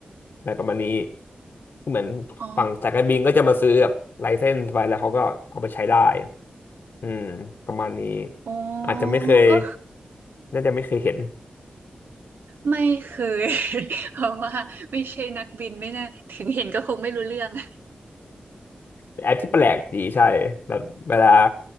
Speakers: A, on the left; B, on the right.
A: อะไรประมาณนี้คือเหมือน
B: อ๋อ
A: ฝั่งสายการบินก็จะมาซื้อแบบไลเซนส์ไว้แล้วเขาก็เอาไปใช้ได้อืมประมาณนี้
B: อ๋อ
A: อาจจะไม่เคย
B: ก็
A: น่าจะไม่เคยเห็น
B: ไม่เคย <laughs> เพราะว่าไม่ใช่นักบินไม่แน่าถึงเห็นก็คงไม่รู้เรื่อง
A: แต่แอปที่แปลกดีใช่แบบเวลา